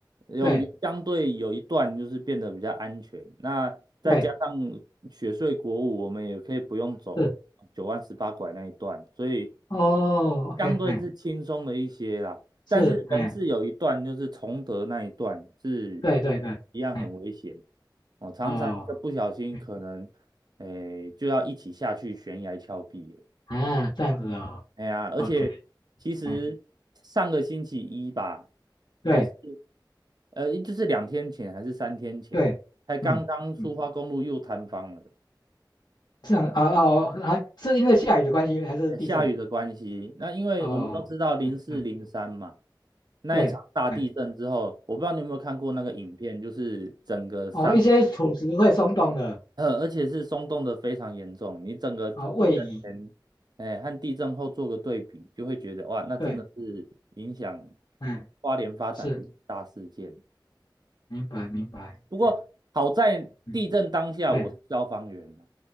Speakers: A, on the right; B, on the left.
A: 有有相对有一段就是变得比较安全，
B: 对
A: 那再加上雪隧国五，
B: 对
A: 我们也可以不用走九弯十八拐那一段，
B: 是，
A: 所以
B: 哦，OK，
A: 相对是轻松了一些啦，
B: 哎是哎
A: 但是人是有一段就是崇德那一段是
B: 对对对，
A: 一样很危险
B: 哎
A: 哦，常常一个不小心可能诶就要一起下去悬崖峭壁了。
B: 哦，OK，啊这样子哦
A: 哎呀，而且其实上个星期一吧，
B: ，OK。哎对
A: 还是呃就是两天前还是三天前，
B: 对，
A: 才刚刚苏花公路又坍方了。
B: 嗯嗯，这样啊哦，哦还是因为下雨的关系，还是地震？
A: 下雨的关系，那因为我们都知道零四零三嘛，
B: 哦，对
A: 那一场大地震之后，
B: 对，哎，
A: 我不知道你有没有看过那个影片，就是整个山，
B: 哦，一些土石会松动的，
A: 呃，而且是松动的非常严重。你整个地震前，
B: 啊、哦位移，
A: 哎，和地震后做个对比，就会觉得哇，那真的是影响
B: 对，嗯，
A: 花莲发展的一大事件。
B: 是，明白明白，
A: 不过好在地震当下我是消防员啊
B: 哎嗯，对，